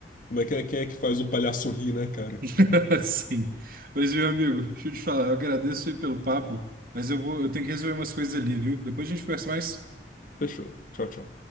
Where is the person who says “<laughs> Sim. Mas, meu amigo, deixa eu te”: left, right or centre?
Right